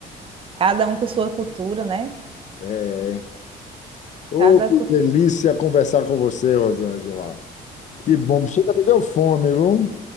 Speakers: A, on the right; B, on the left.
A: Cada um com sua cultura, né?
B: É. Oh,
A: Cada
B: que
A: cultura.
B: delícia conversar com você, Rosângela. Que bom, chega, me deu fome, viu?